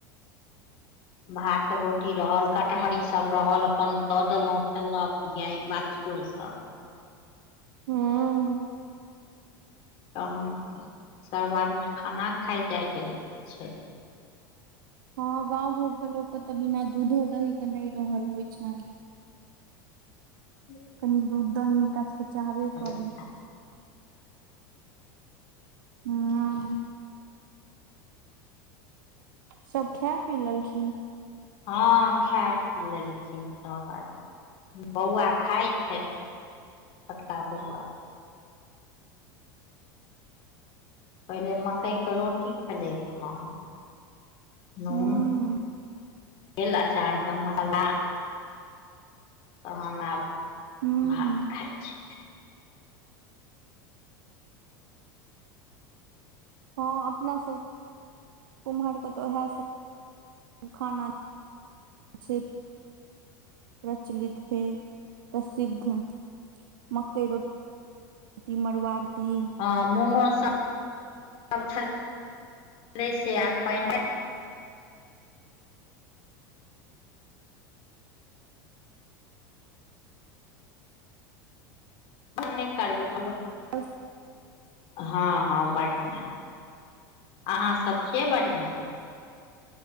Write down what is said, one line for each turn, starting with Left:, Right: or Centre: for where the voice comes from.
Left: भात रोटी रहल कटहरी सभ रहल अपन दऽ देलहुँ खेलल कऽ गाय बचत सभ
Right: हूँ
Left: तहन सभ आदमी खाना खा जाय गेल छै।
Right: हँ गाव घर के लोक के तऽ बिना दूधो दही के नहि रहल होय छनि
Left: हूँ।
Right: कनि दूध दही हुनका सभके चाहबे करी
Left: छै।
Right: हँ। सभ खाय पी लेलखिन
Left: हँ खा पी लेलखिन सभ आद बौआ खाय छै छोटका बौआ पहिले मकई के रोटी खेले हन नून
Right: हूँ
Left: एल चार कमसला। तहन आब
Right: हूँ
Left: भात
Right: हूँ
Left: खाइ छी।
Right: हँ अपना सभ कुम्हरके तऽ ओएह सभ खाना अ प्रचलित हे प्रसिद्ध मकई रोटी। ती मरुआ रोटी
Left: ह मूो सभ छल से आब प न नहि करबै।
Right: अ।
Left: हँ हँ बढ़िआ अहाँ सभ छियै बढ़िआ